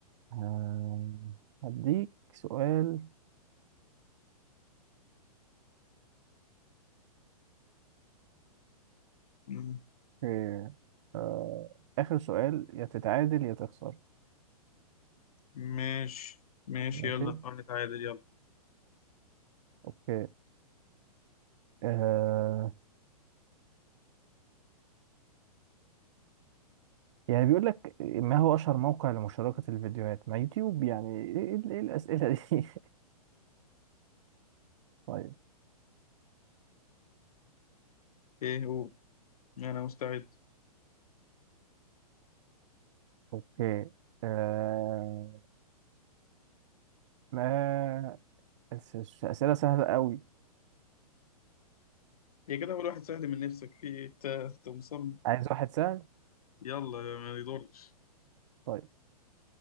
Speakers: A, on the right; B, on the left.
A: آه، هديك سؤال
B: مم.
A: آه، آه، آخر سؤال يا تتعادل يا تخسر
B: ماشي ماشي
A: ماشي
B: يلا نحاول نتعادل يلا
A: أوكي آه، يعني بيقول لك ما هو أشهر موقع لمشاركة الفيديوهات ما يوتيوب يعني إيه إيه- ال- إيه الأسئلة دي <laughs> طيب
B: ايه هو انا مستعد
A: أوكي آه... ما أس- أس- أسئلة سهلة قوي
B: يا كده اول واحد سهل من نفسك في ايه انت انت مصمم
A: عايز واحد سهل
B: يلا ما يضرش
A: طيب